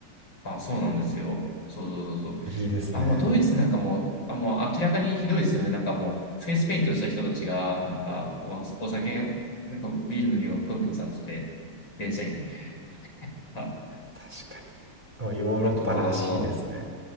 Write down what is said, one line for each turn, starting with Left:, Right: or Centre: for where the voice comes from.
Left: あ、そうなんですよ。そうそうそうそう。
Right: いいですね
Left: あ、もうドイツなんかもう、あ、もう明らかにひどいですよね。なんかもう、フェイスペイントした人たちが、なんか、お、お酒、なんかビールの匂いをプンプンさせて、電車に。あ、
Right: 確かにまあヨーロッパらしいですね
Left: あとは、